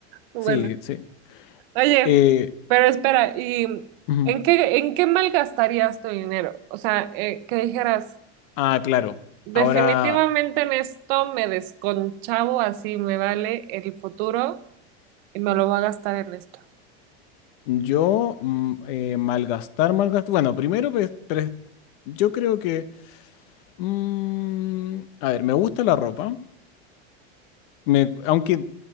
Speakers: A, on the right; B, on the left.
A: Bueno,
B: sí, sí.
A: oye,
B: Eh,
A: pero espera, ¿y
B: ujú.
A: en qué, en qué malgastarías tu dinero? O sea, eh, que dijeras,
B: Ah, claro.
A: definitivamente
B: Ahora,
A: en esto me desconchavo, así me vale el futuro y me lo voy a gastar en esto.
B: yo mm, eh, malgastar, malgastar. Bueno, primero, pues, pres- yo creo que... mm, a ver, me gusta la ropa. Me, aunque